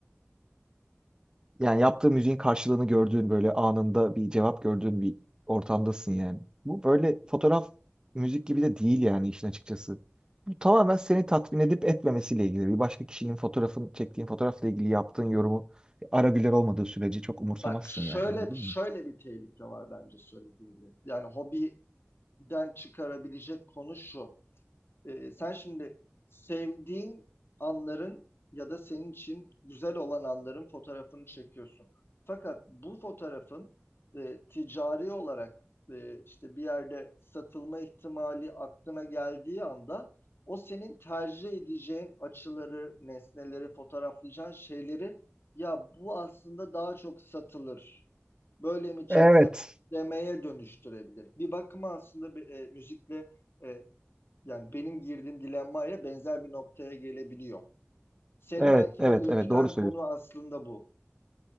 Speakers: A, on the right; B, on the left.
A: yani yaptığı müziğin karşılığını gördüğün böyle anında bir cevap gördüğün bir ortamdasın yani. Bu böyle fotoğraf müzik gibi de değil yani işin açıkçası. Bu tamamen seni tatmin edip etmemesiyle ilgili. Bir başka kişinin fotoğrafın çektiğin fotoğrafla ilgili yaptığın yorumu ara güler olmadığı sürece çok umursamazsın
B: Bak şöyle
A: yani anladın
B: şöyle
A: mı?
B: bir tehlike var bence söylediğimde. Yani hobiden çıkarabilecek konu şu. Ee, sen şimdi sevdiğin anların ya da senin için güzel olan anların fotoğrafını çekiyorsun. Fakat bu fotoğrafın e, ticari olarak e, işte bir yerde satılma ihtimali aklına geldiği anda o senin tercih edeceğin açıları, nesneleri, fotoğraflayacağın şeyleri ya bu aslında daha çok satılır. Böyle mi çeksem
A: Evet.
B: demeye dönüştürebilir. Bir bakıma aslında bir, e, müzikle e, yani benim girdiğim dilemmaya benzer bir noktaya gelebiliyor. Seni
A: Evet,
B: belki
A: evet,
B: de ürküten
A: evet doğru söylüyorsun.
B: konu aslında bu.